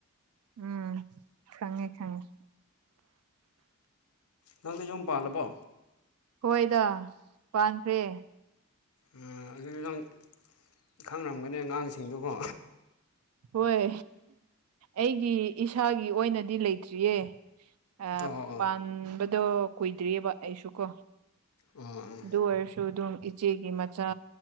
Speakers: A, on the right; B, on the left.
A: ꯎꯝ ꯈꯪꯉꯦ ꯈꯪꯉꯦ
B: ꯅꯪꯗꯤ ꯌꯨꯝ ꯄꯥꯜꯂꯕꯣ
A: ꯍꯣꯏꯗ ꯄꯥꯟꯈ꯭ꯔꯦ
B: ꯎꯝ ꯑꯗꯨꯗꯤ ꯅꯪ ꯈꯪꯅꯔꯝꯒꯅꯤ ꯑꯉꯥꯡꯁꯤꯡꯗꯨ ꯀꯣ
A: ꯍꯣꯏ ꯑꯩꯒꯤ ꯏꯁꯥꯒꯤ ꯑꯣꯏꯅꯗꯤ ꯂꯩꯇ꯭ꯔꯤꯌꯦ ꯑ
B: ꯑꯣ ꯑꯣ
A: ꯄꯥꯟꯕꯗꯣ ꯀꯨꯏꯗ꯭ꯔꯤꯑꯕ ꯑꯩꯁꯨ ꯀꯣ
B: ꯑꯣ
A: ꯑꯗꯨ ꯑꯣꯏꯔꯁꯨ ꯑꯗꯨꯝ ꯏꯆꯦꯒꯤ ꯃꯆꯥ